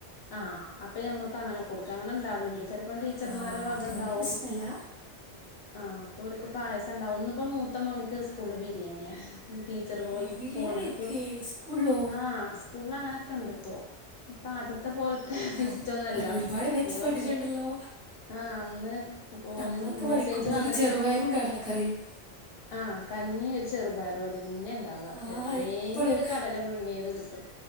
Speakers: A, on the left; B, in the centre.
A: ആ അപ്പ ഞമ്മൾക്ക് അങ്ങനെ കൊടുക്ക അങ്ങനെണ്ടാവലുണ്ട് ചെലപ്പം ടീച്ചർമാരെവകണ്ടാവും
B: ആഹ് അതുകൊണ്ട് പ്രശ്നല്ല
A: ആ അപ്പൊ ഓര്ക്ക് പായസണ്ടാവും ഇന്നിപ്പോ മൂത്ത മോനിക്ക് സ്കൂള് ബിരിയാണിയ ചെറ് വോയിസ്
B: ഏഹ് ബിരിയാണിയൊക്കെ
A: ഫോണിക്ക്
B: സ്കൂളിലോ
A: ആ സ്കൂള അങ്ങനൊക്കെ ഇണ്ട് ഇപ്പോ ഇപ്പൊ ആദ്യത്തെ പോലെ സിസ്‌റ്റൊന്നല്ല
B: അത് കൊറെ ഒരുപാട്
A: പ്പൊ സ്കൂളൊക്കെ
B: മെച്ചപ്പെട്ടിട്ടുണ്ടല്ലോ
A: ആ അന്ന് ഓന്
B: നമ്മളൊക്കെ
A: മെസ്സേജ്
B: പഠിക്കുമ്പോ
A: വന്നിട്ട്ണ്ട്
B: ഒരു ചെറുപയറും കടലക്കറിയും
A: ആ കഞ്ഞി ഒരു ചെറുപയറും അതന്നെണ്ടാവ
B: ആഹ്
A: എപ്പ്ളേങ്കിലൊര്
B: എപ്പളും
A: കടല പുഴുങ്ങിയത് കിട്ടും